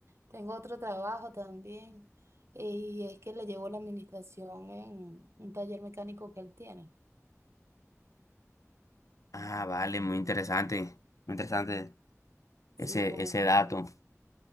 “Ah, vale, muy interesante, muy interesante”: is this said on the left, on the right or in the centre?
Left